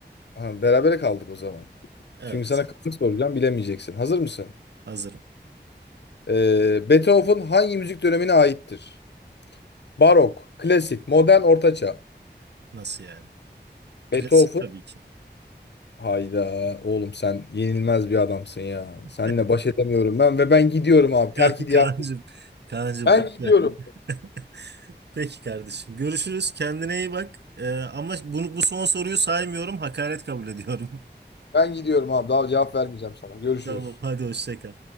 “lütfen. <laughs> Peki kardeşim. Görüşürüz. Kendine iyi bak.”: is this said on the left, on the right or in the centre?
Right